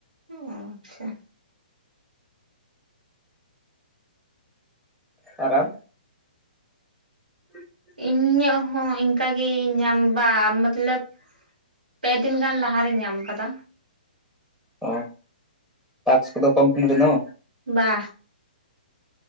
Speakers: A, on the right (about 85°); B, in the centre.
A: ᱚ ᱟᱪᱪᱷᱟ
B: ᱟᱨ ᱟᱢ <inaudible>
A: ᱤᱧᱟᱹᱜ ᱦᱚᱸ ᱤᱱᱠᱟᱜᱮ ᱧᱟᱢ ᱵᱟ ᱢᱟᱛ ᱞᱚᱵ ᱯᱮ ᱫᱤᱱ ᱜᱟᱱ ᱞᱟᱦᱟᱨᱮᱤᱧ ᱧᱟᱢ ᱟᱠᱟᱫᱟ᱾
B: ᱚ ᱴᱟᱠᱥ ᱠᱚᱫᱚ ᱠᱚᱢᱯᱞᱤᱴ ᱮᱱᱟ᱾
A: ᱵᱟ